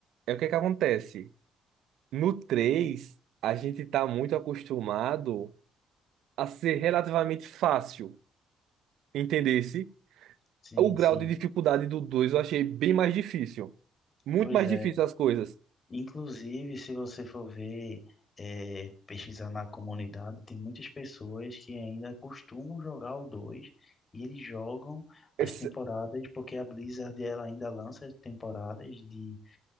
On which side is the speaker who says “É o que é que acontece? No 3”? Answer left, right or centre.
Right